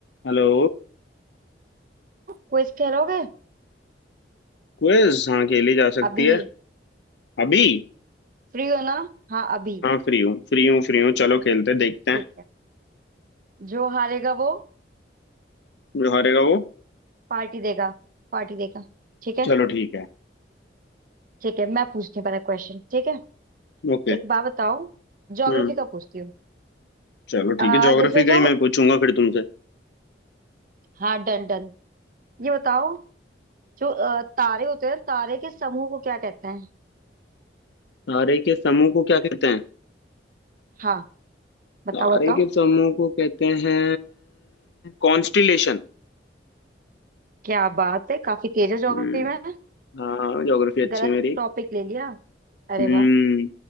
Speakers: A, on the left (about 70°); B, on the right (about 50°).
A: Hello
B: Quiz खेलोगे
A: Quiz हाँ खेली जा सकती
B: अभी
A: है अभी
B: free हो ना हाँ अभी
A: हाँ फ्री हूँ फ्री हूँ फ्री हूँ चलो खेलते हैं, देखते हैं
B: ठीक है जो हारेगा वो
A: जो हारेगा वो
B: पार्टी देगा पार्टी देगा ठीक है
A: चलो ठीक है
B: ठीक है मैं पूछती हूँ पहले क्वेश्चन ठीक है
A: ओके
B: एक बात बताओ ज्योग्राफी
A: हम्म
B: का पूछती हूँ
A: चलो
B: अ,
A: ठीक है ज्योग्राफी
B: जैसे जो
A: का ही मैं पूछूंगा फिर तुमसे
B: हाँ डन डन ये बताओ जो अ, तारे होते हैं तारे के समूह को क्या कहते हैं
A: तारे के समूह को क्या कहते हैं
B: हाँ बताओ
A: तारे
B: बताओ
A: के समूह को कहते हैं कॉन्स्टिलेशन
B: क्या बात है काफी तेज है ज्योग्राफी
A: हम्म
B: में
A: हाँ ज्योग्राफी अच्छी
B: गलत
A: है मेरी
B: टॉपिक ले लिया अरे
A: हम्म
B: वाह